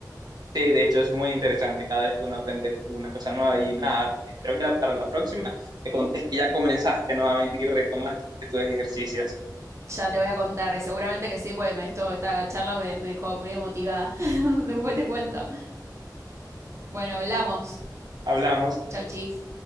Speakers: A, on the right (about 65°); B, on the right (about 40°).
A: Sí, de hecho es muy interesante cada vez que uno aprende alguna cosa nueva y nada, espero que la- para la próxima me contes que ya comenzaste nuevamente y retomaste tus ejercicios.
B: Ya te voy a contar y seguramente que sí, pues me- esto, esta charla me, me dejó muy emotivada. <laughs> Después te cuento. Bueno, hablamos.
A: Hablamos.
B: Chau, chis.